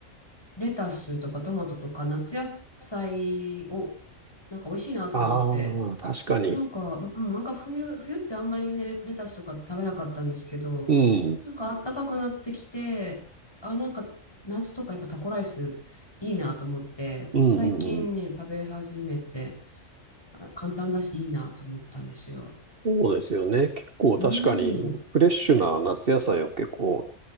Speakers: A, on the left; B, on the right.
A: レタスとかトマトとか夏野菜をなんか美味しいなと思って、
B: ああ、確かに。
A: なんか、うん、なんか冬、冬ってあんまりね、レレタスとか食べなかったんですけど、
B: うん。
A: なんか暖かくなってきて、あ、なんか夏とかやっぱタコライスいいなと思って、
B: うん、
A: 最近ね、
B: うん、うん。
A: 食べ始めて、あ簡単だしいいなと思ったんですよ。
B: そうですよね。結構確かに、
A: うん、
B: フレッシュな夏野菜を結構、